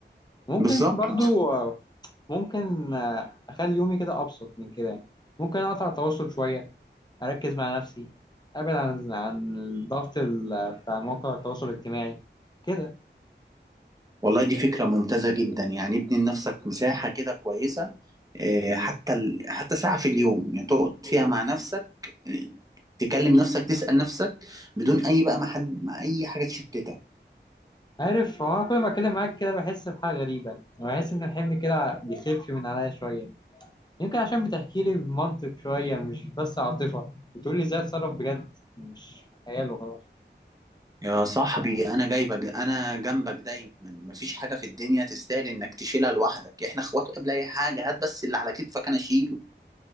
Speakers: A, on the left (about 20°); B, on the right (about 20°).
A: ممكن
B: بالظبط
A: برضو ممكن اخلي يومي كده ابسط من كده يعني. ممكن اقطع التواصل شويه اركز مع نفسي ابعد عن عن الضغط ال... بتاع مواقع التواصل الاجتماعي كده
B: والله دي فكرة ممتازة جدا يعني ابني لنفسك مساحة كده كويسة آه، حتى ال... حتى ساعة في اليوم يعني تقعد فيها مع نفسك آه، تكلم نفسك تسأل نفسك بدون أي بقى ما حد ما أي حاجة تشتتك
A: عارف هو أنا كل ما أتكلم معاك كده بحس بحاجة غريبة وبحس إن الحمل كده بيخف من عليا شوية يمكن عشان بتحكي لي بمنطق شوية مش بس عاطفة بتقول لي إزاي أتصرف بجد مش خيال وخلاص
B: يا صاحبي انا جايبك انا جنبك دايما مفيش حاجه في الدنيا تستاهل انك تشيلها لوحدك احنا اخوات قبل اي حاجه هات بس اللي على كتفك انا اشيله